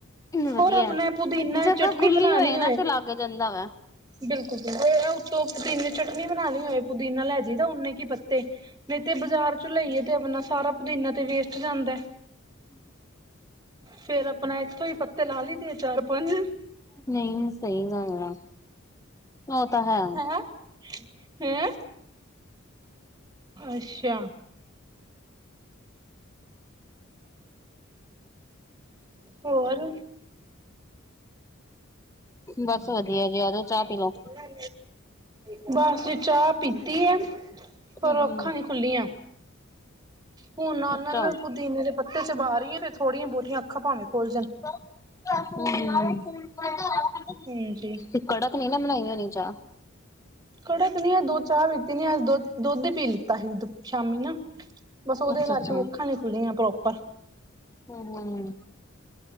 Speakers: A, on the left (about 15°); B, on the right (about 20°).
A: ਵਧੀਆ
B: ਹੋਰ ਆਪਣੇ ਪੁਦੀਨਾ
A: ਜਗ੍ਹਾ
B: ਚਟਨੀ
A: ਖੁੱਲੀ
B: ਬਣਾਉਣੀ
A: ਹੋਏ ਨਾ ਤੇ ਲਾਗ ਜਾਂਦਾ ਵਾ।
B: ਬਿਲਕੁਲ ਬਿਲਕੁਲ ਇਹ ਉਥੋਂ ਪੁਦੀਨੇ ਚਟਨੀ ਬਣਾਉਣੀ ਹੋਏ ਪੁਦੀਨਾ ਲੈ ਜਈਦਾ ਓਨੇ ਕੀ ਪੱਤੇ। ਨਹੀਂ ਤੇ ਬਾਜ਼ਾਰ ਚ ਲਈਏ ਤੇ ਆਪਣਾ ਸਾਰਾ ਪੁਦੀਨਾ ਤੇ ਵੇਸਟ ਜਾਂਦਾ।
A: ਹਮ।
B: ਫੇਰ ਆਪਣਾ ਇੱਥੋਂ ਹੀ ਪੱਤੇ ਲਾ ਲਈਦੇ ਆ ਚਾਰ ਪੰਜ।
A: ਨਹੀਂ ਸਹੀ ਗੱਲ ਆ। ਉਹ ਤਾਂ ਹੈ ਹਮ।
B: ਹੈਂ ਹੈਂ ਅੱਛਾ। ਹੋਰ।
A: ਬਸ ਵਧੀਆ ਜੀ ਆਜੋ ਚਾਹ ਪੀ ਲਓ
B: ਹਾਂ ਬ ਬਸ ਜੇ ਚਾਹ ਪੀਤੀ ਆ। ਪਰ
A: ਹੂੰ,
B: ਅੱਖਾਂ ਨੀ ਖੁੱਲੀਆਂ ਹੁਣ ਨਾਲ
A: ਅੱਛਾ।
B: ਨਾਲ ਪੁਦੀਨੇ ਦੇ। ਪੱਤੇ ਚਬਾਰੀ ਫਿਰ ਥੋੜ੍ਹੀਆਂ ਬਹੁਤੀਆਂ ਅੱਖਾਂ ਭਾਵੇਂ ਖੋਲ ਜਾਣ।
A: ਹ
B: ਹਾਂਜੀ। <unintelligible>
A: ਕੜਕ ਨੀ ਨਾ ਬਣਾਈ ਹੋਣੀ ਚਾ।
B: ਕੜਕ ਨ ਆ ਦੋ ਚਾਹ ਪੀਤੀ ਨ ਅ ਦੁੱਧ ਦੁੱਧ ਹੀ ਪੀ ਲਿੱਤਾ ਸੀ ਸ਼ਾਮੀ ਨਾ। ਬਸ ਉਹਦੇ
A: ਅੱਛਾ
B: ਕਰਕੇ
A: ਅੱਛਾ।
B: ਅੱਖਾਂ ਨਹੀ ਖੁੱਲ੍ਹੀਆਂ ਪ੍ਰੋਪਰ।
A: ਹਮ ਹਮ।